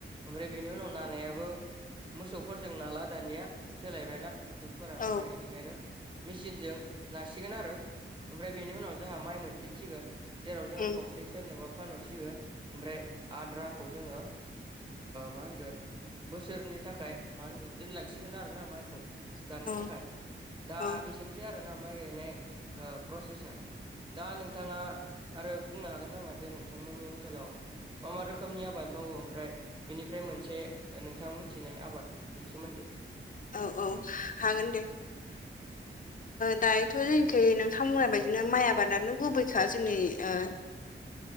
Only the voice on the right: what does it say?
ओमफ्राय बेनि उनाव ननायाबो मोसौफोरजों नाला दानिया। सोलायबायना जुगफोरा
ओमफ्राय बेनिखायनो मेसिनजों नासिगोन आरो ओमफ्राय बेनि उनाव जोंहा माइ मोनफिनसिगोन जेराव जोङो
खावसे जबा फानहरसिगोन ओमफ्राय आद्राखौ जोङो मा होनगोन बोसोरनि थाखाय मा होनगोन दोनलांसिगोन आरोना माइखौ जानो थाखाय
दा
बेसिनि आरोोना माइ गायनाय प्रसेसा दा नोंथाङा आरो बुंनो हागोन। हागोन नामा जे नोंथांमोननि ओनसोलाव मा मा रोखोमनि आबाद मावो? ओमफ्राय बेनिफ्राय मोनसे नोंथां मिथिनाय आबादनि सोमोन्दै
<inaudible>